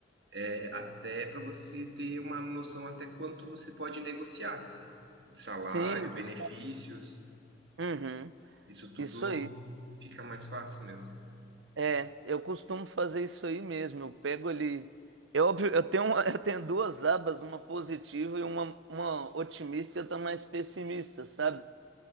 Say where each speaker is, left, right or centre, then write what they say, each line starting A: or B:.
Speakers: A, on the right; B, on the right.
A: É, até para você ter uma noção até quanto você pode negociar. Salário,
B: Sim, ju-
A: benefícios,
B: uhum,
A: isso tudo
B: isso aí.
A: fica mais fácil mesmo.
B: É, eu costumo fazer isso aí mesmo. Eu pego ali. É óbvio, eu tenho, uma- <laughs> eu tenho duas abas, uma positiva e uma, uma otimista e outra mais pessimista, sabe?